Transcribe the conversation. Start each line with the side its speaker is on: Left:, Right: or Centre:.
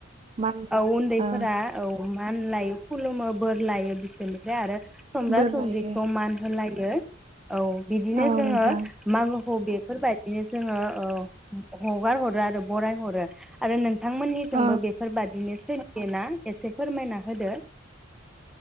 Right: मान
Centre: औ उन्दैफोरा
Right: ओ
Centre: औ मान लायो खुलुमो बोर लायो बिसोरनिफ्राय आरो समब्रा
Right: बोर
Centre: समब्रिखौ
Right: लायो
Centre: मान होलायो। औ बिदिनो
Right: औ
Centre: जोङो
Right: नोंथां
Centre: मागोखौ बे बेफोरबायदिनो जोङो ओ हगार हरो आरो बराय हरो आरो नों नोंथांमोननिजोंबो
Right: औ
Centre: बेफोरबादिनोसै देना एसे फोरमायना होदो।